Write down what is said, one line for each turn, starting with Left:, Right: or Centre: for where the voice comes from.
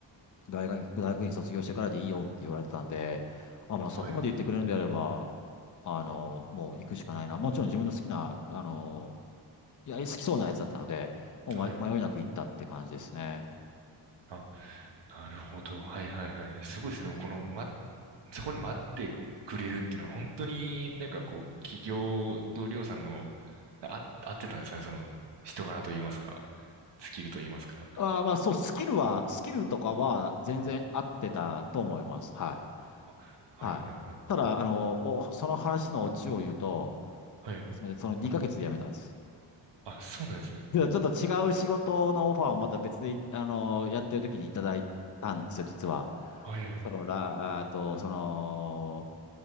Left: 大学院、大学院卒業してからでいいよって言われてたんで、あ、まあ、
Right: はい。
Left: そこまで言ってくれるんであれば、あの、もう行くしかないな。もちろん自分の好きな、あの、いや、好きそうなやつだったので、もうま迷いなく行ったって感じですね。
Right: はい。あ、なるほど。はいはいはい。すごいですね。この、ま、そこに待ってくれるっていうのは、本当になんかこう、企業とりょうさんの、あ、合ってたんですかね。その、人柄と言いますか、スキルと言いますか。
Left: ああ、まあそう、スキルは、スキルとかは全然合ってたと思います。は
Right: あ、はいはいはい。
Left: い。はい。ただ、あの、おその話のオチを言うと、
Right: はい。
Left: すみません、その2ヶ月で辞めたんです。
Right: あ、そうなんですね。
Left: けどちょっと違う仕事のオファーをまた別で、あの、やってる時にいただいたんですよ、実は。
Right: はいはい。
Left: その、ら、あと、その、